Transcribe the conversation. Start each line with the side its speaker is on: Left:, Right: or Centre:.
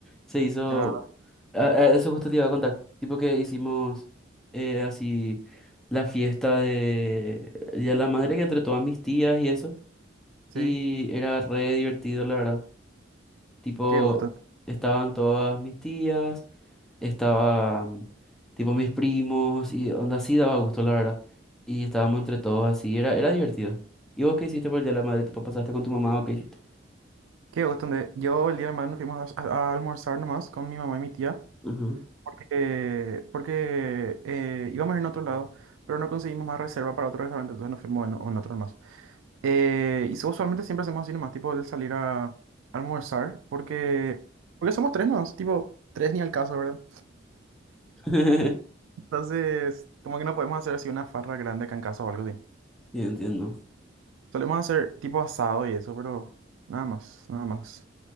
Centre: Se hizo...
Right: Ya,
Centre: ah, ah, Eso justo te iba a contar. Tipo que hicimos eh, así la fiesta de Día de la Madre que entre todas mis tías y eso.
Right: sí,
Centre: Y era re divertido, la verdad. Tipo,
Right: qué gusto.
Centre: estaban todas mis tías, estaban tipo mis primos y onda así daba gusto, la verdad. Y estábamos entre todos así, era, era divertido. ¿Y vos qué hiciste por el Día de la Madre? ¿Tipo pasaste con tu mamá o qué hiciste?
Right: Qué gusto. Ande. Yo el día de mañana nos fuimos a, a- a almorzar nomás con mi mamá y mi tía,
Centre: Ajá.
Right: eh, porque eh, íbamos a ir a otro lado, pero no conseguimos más reserva para otro restaurante, entonces nos fuimos en, en otro nomás. Eh, y so- usualmente siempre hacemos así nomás, tipo el salir a almorzar, porque, porque somos tres nomás, tipo tres ni al caso, ¿verdad?
Centre: <laughs>
Right: Entonces, como que no podemos hacer así una farra grande acá en casa o algo así.
Centre: Sí, entiendo.
Right: Solemos hacer tipo asado y eso, pero nada más, nada más,